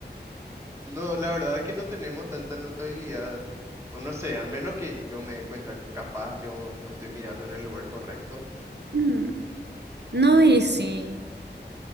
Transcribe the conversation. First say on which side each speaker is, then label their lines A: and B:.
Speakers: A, on the right; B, on the right.
A: no, la verdad que no tenemos tanta notabilidad. O no sé, al menos que yo me dé cuenta, capaz yo no estoy mirando en el lugar correcto.
B: Mm, No, y sí,